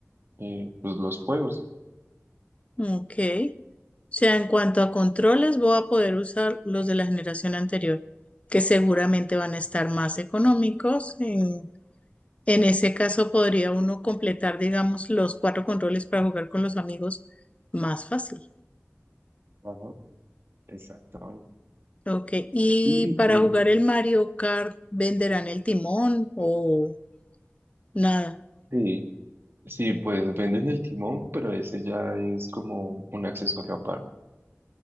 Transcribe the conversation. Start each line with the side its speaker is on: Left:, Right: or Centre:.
Right: eh, pues los juegos.
Left: ok. O sea, en cuanto a controles, voy a poder usar los de la generación anterior, que seguramente van a estar más económicos. En, en ese caso, podría uno completar, digamos, los cuatro controles para jugar con los amigos más fácil.
Right: Ajá, exactamente.
Left: Ok. Y
Right: Y
Left: para
Right: di-
Left: jugar el Mario Kart, ¿venderán el timón o nada?
Right: sí, sí, pues venden el timón, pero ese ya es como un accesorio aparte.